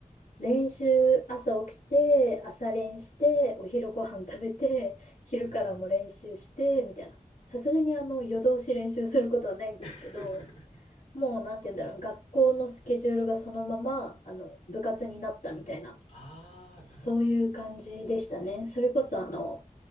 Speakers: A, on the left; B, on the left.
A: 練習、朝起きて、朝練して、お昼ご飯食べて、昼からも練習して、
B: うん。
A: みたいな。さすがに、あの、夜通し練習することはないんですけど、
B: うん。<laughs>
A: もう、なんて言うんだろう、学校のスケジュールがそのまま、あの、部活になったみたいな、
B: ああ、
A: そういう感じでしたね。
B: なるほど。
A: それこそ、あの、